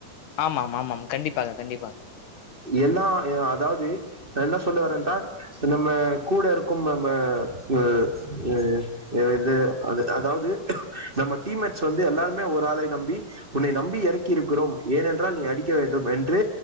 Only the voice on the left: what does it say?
ஆமாம் ஆமாம் கண்டிப்பாக கண்டிப்பாக